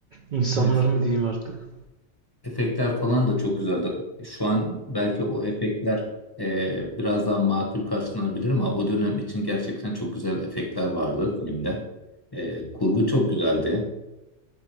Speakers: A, on the right; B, on the left.
A: İnsanlar
B: Evet.
A: mı diyeyim artık.
B: Efektler falan da çok güzeldi. Şu an belki o efektler e, biraz daha makul karşılanabilir ama o dönem için gerçekten çok güzel efektler vardı filmde. E, kurgu çok güzeldi.